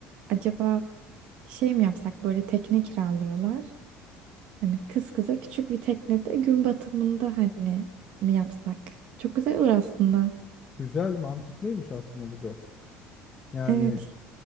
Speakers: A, on the right; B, on the left.
A: Acaba şey mi yapsak böyle tekne kiralıyorlar. Hani kız kıza küçük bir teknede gün batımında hani mi yapsak? Çok güzel olur aslında.
B: Güzel, mantıklıymış aslında bu da. Yani
A: Evet.